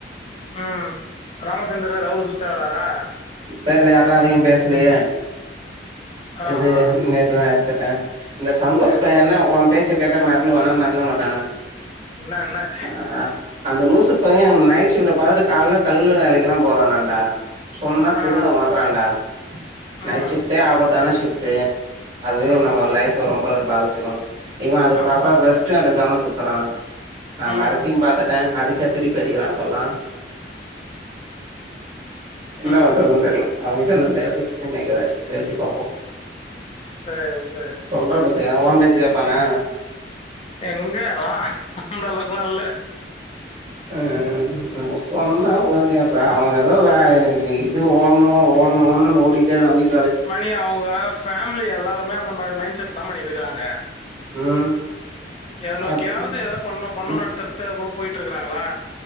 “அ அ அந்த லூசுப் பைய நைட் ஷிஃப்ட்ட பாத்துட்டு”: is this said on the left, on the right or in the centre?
Right